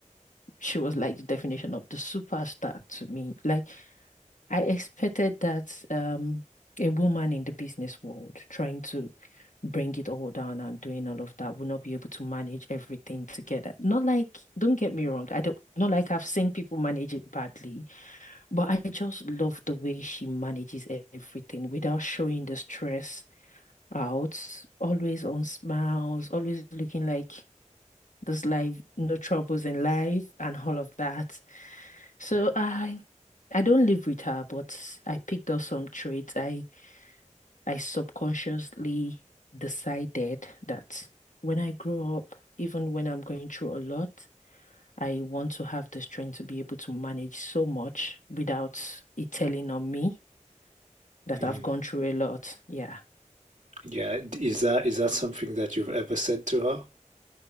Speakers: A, on the left; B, on the right.
A: she was like the definition of the superstar to me. Like I expected that um a woman in the business world trying to bring it all down and doing all of that would not be able to manage everything together. Not like, don't get me wrong, I don't not like I've seen people manage it badly. But I just love the way she manages e- everything without showing the stress out, always on smiles, always looking like this life, no troubles in life and all of that. So I I don't live with her, but I picked up some traits. I I subconsciously decided that when I grow up, even when I'm going through a lot, I want to have the strength to be able to manage so much without it telling on me. that
B: Mm.
A: I've gone through a lot. Yeah.
B: Yeah. Is that is that something that you've ever said to her?